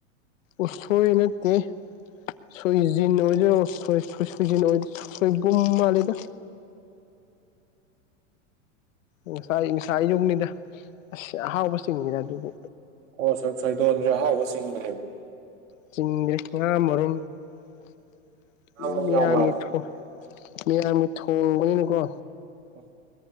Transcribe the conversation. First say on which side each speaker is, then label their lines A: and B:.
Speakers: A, on the left (about 75°); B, on the right (about 80°).
A: ꯎꯁꯣꯏ ꯅꯠꯇꯦ ꯁꯣꯏꯖꯤꯟ ꯑꯣꯏꯗꯣꯏꯔꯣ ꯁꯣꯏ ꯁꯣꯏ ꯁꯣꯏꯖꯤꯟ ꯑꯣꯏ ꯁꯣꯏꯕꯨꯝ ꯃꯥꯜꯂꯤꯗ ꯉꯁꯥꯏ ꯉꯁꯥꯏ ꯑꯌꯨꯛꯅꯤꯗ ꯑꯁ ꯑꯍꯥꯎꯕꯆꯤꯡꯉꯤꯗ ꯑꯗꯨꯗꯤ
B: ꯑꯣ ꯁꯣ ꯁꯣꯏꯗꯣꯟꯖꯨ ꯑꯍꯥꯥꯎꯕ ꯆꯤꯡꯕꯅꯦꯕꯥ
A: ꯆꯤꯡꯗꯦ ꯉꯔꯥꯡ <unintelligible>
B: ꯉꯥꯔꯣꯝ
A: ꯃꯤꯌꯥꯝꯒꯤ
B: ꯌꯥꯎꯕ꯭ꯔꯥ
A: ꯊꯣꯏ ꯃꯤꯌꯥꯝꯒꯤ ꯊꯣꯡꯕꯅꯤꯅꯀꯣ
B: ꯎꯝ